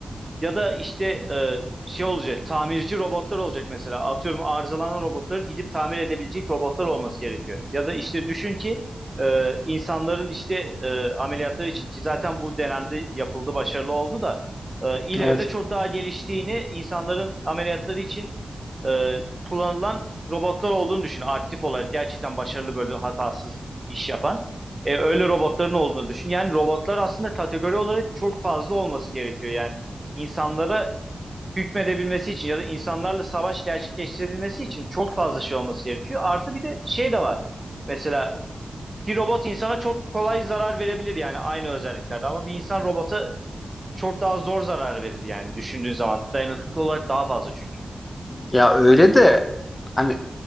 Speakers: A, on the right; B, on the left.
A: Ya da işte e, şey olacak, tamirci robotlar olacak mesela. Atıyorum arızalanan robotları gidip tamir edebilecek robotlar olması gerekiyor. Ya da işte düşün ki e, insanların işte e, ameliyatları için ki zaten bu dönemde yapıldı, başarılı oldu da e, ileride
B: Evet.
A: çok daha geliştiğini insanların ameliyatları için e, kullanılan robotlar olduğunu düşün. Aktif olarak gerçekten başarılı böyle hatasız iş yapan. E, öyle robotların olduğunu düşün. Yani robotlar aslında kategori olarak çok fazla olması gerekiyor. Yani insanlara hükmedebilmesi için ya da insanlarla savaş gerçekleştirebilmesi için çok fazla şey olması gerekiyor. Artı bir de şey de var. Mesela bir robot insana çok kolay zarar verebilir yani aynı özelliklerde ama bir insan robota çok daha zor zarar verir yani düşündüğün zaman. Dayanıklılık olarak daha fazla çünkü.
B: Ya öyle de hani